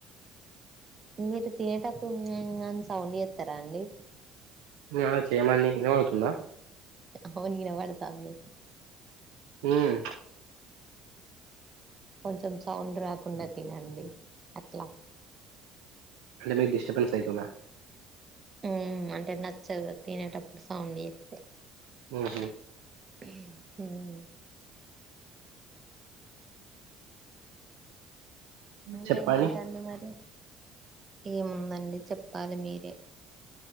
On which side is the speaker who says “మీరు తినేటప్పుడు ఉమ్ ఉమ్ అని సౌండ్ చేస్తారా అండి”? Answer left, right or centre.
Right